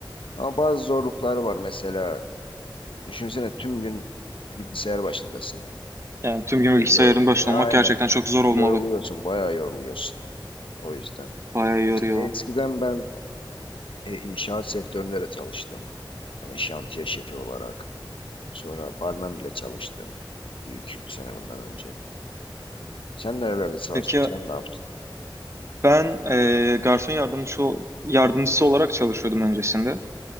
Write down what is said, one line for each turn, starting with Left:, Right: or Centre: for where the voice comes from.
Left: Ama bazı zorluklar var. Mesela düşünsene tüm gün bilgisayar başındasın.
Right: Yani tüm gün bilgisayarın
Left: E, yor-
Right: başında
Left: aynen.
Right: olmak gerçekten çok zor
Left: Yoruluyorsun,
Right: olmalı.
Left: bayağı yoruluyorsun o yüzden.
Right: Bayağı yoruyor.
Left: Mesela eskiden ben e, inşaat sektöründe de çalıştım. Yani şantiye şefi olarak. Sonra barmen bile çalıştım. Bir iki üç sene bundan önce. Sen nerelerde çalıştın?
Right: Peki
Left: Sen ne yaptın?
Right: ben e, garson yardımcısı, yardımcısı olarak çalışıyordum öncesinde.